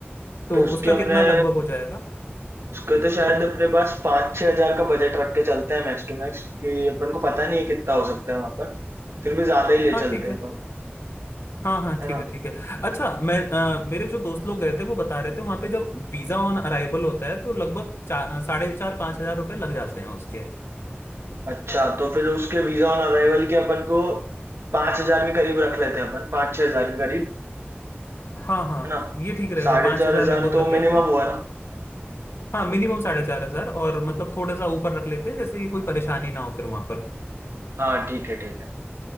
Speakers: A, on the left; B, on the right.
A: तो
B: तो उसके
A: उसका
B: अपने
A: कितना लगभग हो जाएगा
B: उसके तो शायद अपने पास पाँच छह हजार का बजट रख के चलते हैं मैक्स टू मैक्स क्योंकि अपन को पता नहीं है कितना हो सकता है वहां पर फिर भी ज्यादा ही ले
A: हाँ
B: चलते
A: ठीक
B: हैं
A: है
B: अपन
A: हाँ हाँ ठीक
B: है ना
A: है ठीक है अच्छा मैं अ, मेरे जो दोस्त लोग गए थे वो बता रहे थे वहाँ पे जब वीजा ऑन अराइवल होता है तो लगभग चार साढ़े चार पाँच हजार रुपये लग जाते हैं उसके
B: अच्छा तो फिर उसके वीजा ऑन अराइवल के अपन को 5000 के करीब रख लेते हैं अपन 5 छह हजार के करीब
A: हाँ हाँ
B: है ना
A: ये ठीक रहेगा
B: साढ़े
A: पाँच
B: चार
A: हजार
B: हजार
A: लगभग
B: तो
A: रख
B: मिनिमम
A: लेते हैं
B: हुआ ना
A: हाँ मिनिमम साढ़े चार हजार और मतलब थोड़ा सा ऊपर रख लेते हैं जैसे कि कोई परेशानी ना हो फिर वहां पर
B: हाँ ठीक है ठीक है